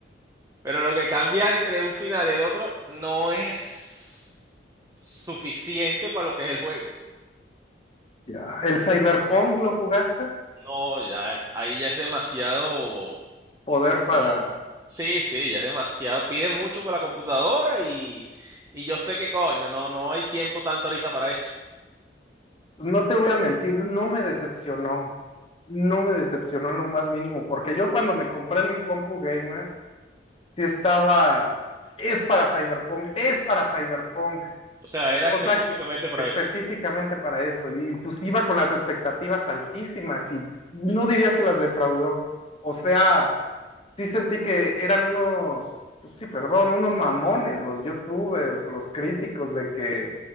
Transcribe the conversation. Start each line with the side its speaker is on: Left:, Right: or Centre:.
Right: pero lo que cambia entre un final y el otro no es suficiente para lo que es el juego.
Left: Ya. ¿El Cyberpunk lo jugaste?
Right: No, ya, ahí ya es demasiado.
Left: Poder para...
Right: mu- Sí, sí, ya es demasiado. Pide mucho para la computadora y, y yo sé que coño, no, no hay tiempo tanto ahorita para eso.
Left: No te voy a mentir, no me decepcionó. No me decepcionó en lo más mínimo, porque yo cuando me compré mi compu gamer, sí estaba... Es para Cyberpunk, es para Cyberpunk.
Right: O sea, era
Left: O
Right: específicamente
Left: sea,
Right: para
Left: específicamente
Right: eso.
Left: para eso. Y pues iba con las expectativas altísimas y no diría que las defraudó. O sea... sí sentí que eran unos, pues sí, perdón, unos mamones, los youtubers, los críticos de que,